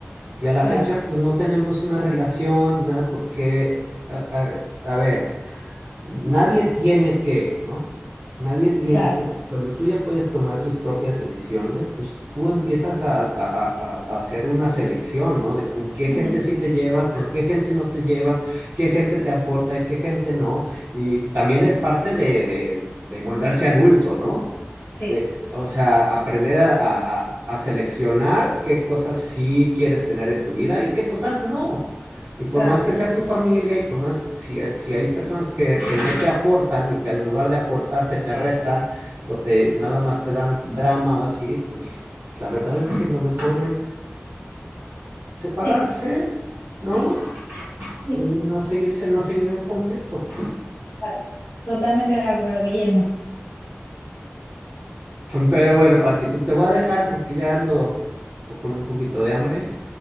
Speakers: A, on the right; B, on the left.
A: Y a la
B: claro,
A: fecha, pues no tenemos una relación, nada, porque, a, a- a ver, nadie tiene que, ¿no? Nadie tiene
B: claro.
A: que. Cuando tú ya puedes tomar tus propias decisiones, pues tú empiezas a, a- a- a hacer una selección, ¿no? De con qué
B: Ujú.
A: gente sí te llevas, con qué gente no te llevas, qué gente te aporta y qué gente no. Y también es parte de, de- de volverse adulto, ¿no?
B: Sí,
A: De- o sea, aprender a, a a- a seleccionar qué cosas sí quieres tener en tu vida y qué cosas no. Y por
B: claro,
A: más que sea tu familia y por más, si, si hay personas que, que no te aportan y que en lugar de aportarte te restan o te nada más te dan drama o así, pues la verdad es que lo mejor es separarse,
B: sí,
A: ¿no?
B: sí, sí,
A: Y no seguirse, no seguir en el conflicto.
B: claro. Totalmente de acuerdo, Guillermo.
A: Pero bueno, Pati, pues te voy a dejar porque ya ando con un poquito de hambre.